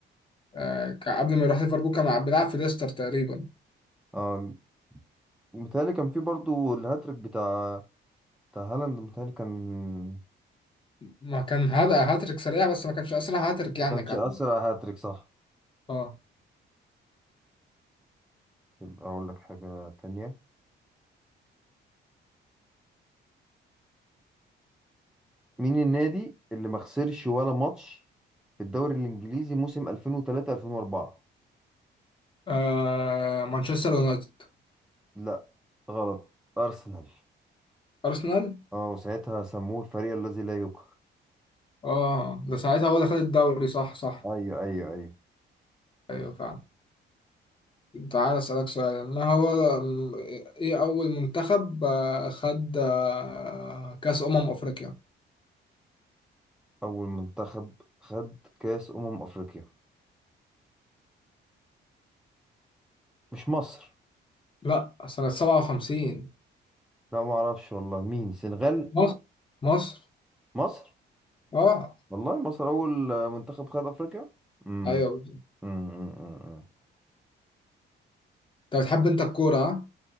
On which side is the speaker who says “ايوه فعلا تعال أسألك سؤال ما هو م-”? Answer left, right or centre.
Left